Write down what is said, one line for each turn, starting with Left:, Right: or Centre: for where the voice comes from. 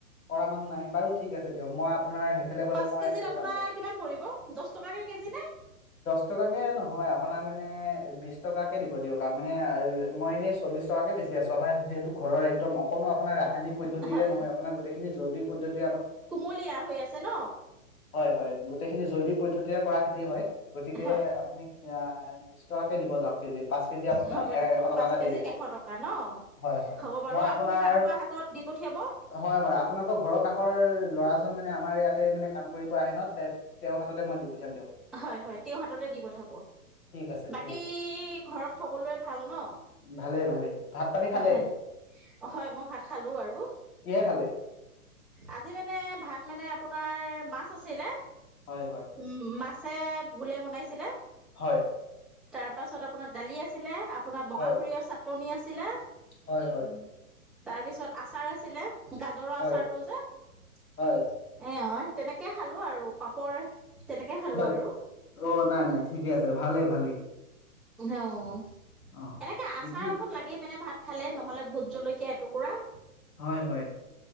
Left: কৰা় মানুহ নাই বাৰু ঠিক আছে দিয়ক মই আপোনাৰ সেইফালে গ'লে
Centre: পাঁচ
Left: মই
Centre: কেজিত
Left: লৈ
Centre: আপোনাৰ
Left: যাম লগত
Centre: কিমান পৰিব। দহ টকাকে কেজি নে?
Left: দহ টকাকে নহয় আপোনাৰ মানে বিশ টকা। দিব দিয়ক আৰু মানে মই এনে চল্লিশ টকাকে বেছি আছো আমাৰ যিহেতু ঘৰৰ একদম অকণো আপোনাৰ ৰা ৰাসায়নিক পদ্ধতিৰে
Centre: হয়
Left: নহয় আপোনাৰ গোটেই এই জৈৱিক পদ্ধতি
Centre: কুমলীয়া হৈ আছে ন।
Left: হয় হয় গোটেইখিনি জৈৱিক পদ্ধতিৰে কৰা খেতি হয়। গতিকে
Centre: হয়
Left: আপুনি আ' বিশ টকাকে দিব যাওক। কেজি। পাচ কেজি আপোনাৰ
Centre: হ'ব
Left: এ
Centre: দিয়ক
Left: এশ টকা
Centre: পাঁচ
Left: এটা
Centre: কেজি
Left: দি দিব।
Centre: এশ টকা ন
Left: হয়, হয়,
Centre: হ'ব বাৰু
Left: মই আপোনাৰ
Centre: আপুনি কাৰোবাৰ হাতত দি পঠিয়াব
Left: হয় হয় আপোনালোকৰ ঘৰৰ কাষৰ <unintelligible> মানে আমাৰ ইয়াতে মানে কাম কৰি আহে ন তেওঁৰ হাততে মই দি পঠিয়াম দিয়ক।
Centre: হয় হয় তেওঁৰ হাততে দি পথাব।
Left: ঠিক আছে
Centre: বাকী
Left: ঠিক আছে
Centre: ঘৰত সকলোৱে ভাল ন।
Left: ভালেই ভালেই ভাত পানী খালে
Centre: হয় হয় মই ভাত খালো আৰু,
Left: কিহে খালে
Centre: আজি মানে ভাত মানে আপোনাৰ মাছ আছিলে।
Left: হয় হয়
Centre: উম মাছে ভুলে বনাইছিলে।
Left: হয়।
Centre: তাৰ পাছত আপোনাৰ, দালি আছিলে। আপোনাৰ বগা
Left: হয়
Centre: সৰীয়হৰ চাটনি আছিলে।
Left: হয় হয়।
Centre: তাৰ পিছত আচাৰ আছিলে। গাজৰৰ আচাৰটো
Left: হয়
Centre: যে, এ
Left: হয়
Centre: অ' তেনেকৈ খালোঁ আৰু পাপৰ। তেনেকে খালো
Left: হয়,
Centre: আৰু
Left: অ' নাই নাই ঠিকে আছে। ভালেই ভালেই।
Centre: অ। এনেকে
Left: অ
Centre: আচাৰ
Left: এতিয়া
Centre: অকণ লাগেই মানে ভাত খালে নহলে ভোত জলকীয়া অতু। পুৰা।
Left: হয় হয়